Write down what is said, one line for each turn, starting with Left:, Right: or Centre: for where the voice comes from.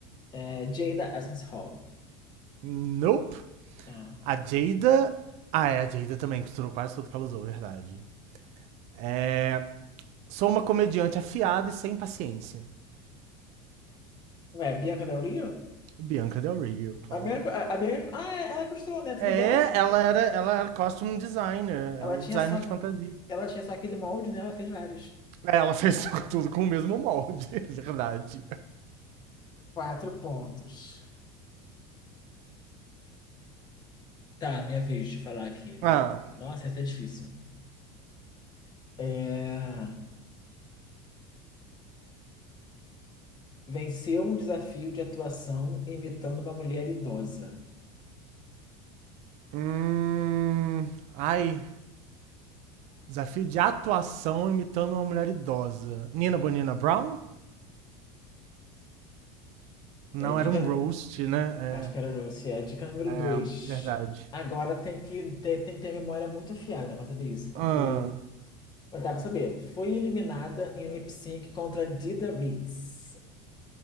Left: é, Jada Essence Hall.
Right: Nope.
Left: Ah.
Right: A Jada... Ah, é, a Jada também costurou quase tudo que ela usou, verdade. É, Sou uma comediante afiada e sem paciência.
Left: Ué, Bianca Del Rio?
Right: Bianca Del Rio, claro.
Left: A Bianca, a, a Bianca, ah, é, ela costurou, né? Tudo
Right: É,
Left: igual.
Right: ela era, ela era costume designer,
Left: Ela
Right: ela era
Left: tinha
Right: designer
Left: só,
Right: de fantasia.
Left: ela tinha só aquele molde, né? Ela fez vários.
Right: É, ela <laughs> fez tudo com o mesmo molde, <laughs> verdade.
Left: Quatro pontos. Tá, minha vez de falar aqui.
Right: Ah,
Left: Nossa, essa é difícil. É... Venceu um desafio de atuação imitando uma mulher idosa.
Right: hum, ai, desafio de atuação imitando uma mulher idosa. Nina Bonina Brown? Não,
Left: É dica.
Right: era um
Left: nu-
Right: roast, né?
Left: Acho que era você. É dica número
Right: É, é
Left: dois.
Right: verdade.
Left: Agora tem que ter, tem que ter a memória muito afiada para saber isso, porque.
Right: Ah,
Left: Mas dá pra saber. Foi eliminada em um lip sync contra Dida Ritz.